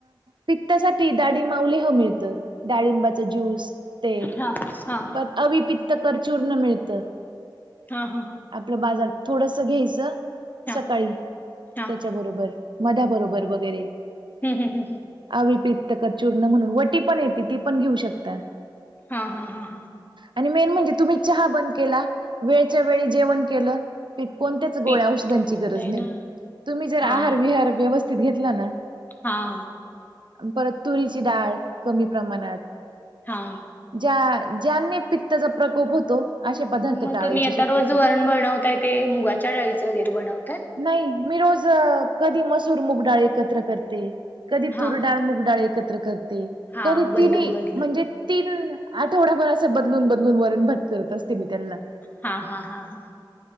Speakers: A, on the right; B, on the left.
A: पित्तासाठी डाळिंबावलेह मिळतं, डाळिंबाचं ज्यूस ते
B: हा हा.
A: प अविपित्त करचूर्ण मिळतं.
B: हा हा हा
A: आपलं बाजार, थोडंस घ्यायचं
B: हा
A: सकाळी
B: हा
A: त्याच्या बरोबर. मधा बरोबर वगैरे.
B: हम्म हम्म हम्म हम्म
A: अविपित्तका चूर्ण म्हणून वटी पण येते ती पण घेऊ शकता.
B: हा हा हा हा
A: आणि मेन म्हणजे तुम्ही चहा बंद केला, वेळच्या वेळी जेवण केलं. कोणत्याच गोळ्या
B: पित्त
A: औषधांची
B: होत
A: गरज नाही
B: ना
A: तुम्ही जर
B: हा
A: आहार विहार व्यवस्थित घेतला ना.
B: हा
A: परत तुरीची डाळ कमी प्रमाणात
B: हा
A: ज्या ज्यांने पित्ताचा प्रकोप होतो असे पदार्थ
B: मग
A: टाळायचे
B: तुम्ही आता
A: शक्यतो.
B: रोज वरण बनवताय ते मुगाच्या डाळीचं वगैरे बनवताय
A: नाही मी रोज कधी मसूर मुगडाळ एकत्र करते कधी
B: हा
A: तुरडाळ मुगडाळ एकत्र करते
B: हा
A: कधी
B: बदलून
A: तिन्
B: बदलून
A: म्हणजे तीन आठवडाभर असं बदलून बदलून वरण भात करत असते मी त्यांना
B: हा हा हा हा